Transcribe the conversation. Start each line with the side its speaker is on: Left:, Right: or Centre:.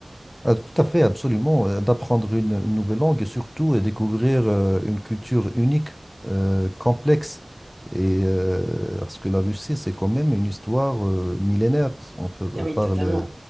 Left: Ah, tout à fait, absolument. Euh, D'apprendre une, une nouvelle langue et surtout et découvrir euh, une culture unique, euh, complexe. Et euh, parce que la Russie, c'est quand même une histoire euh, millénaire. On peut, on
Right: Ah Oui,
Left: parle
Right: totalement,
Left: euh,